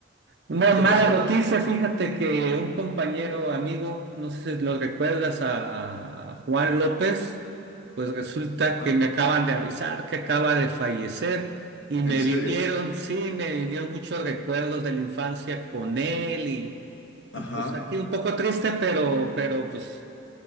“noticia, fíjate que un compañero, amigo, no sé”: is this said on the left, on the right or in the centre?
Right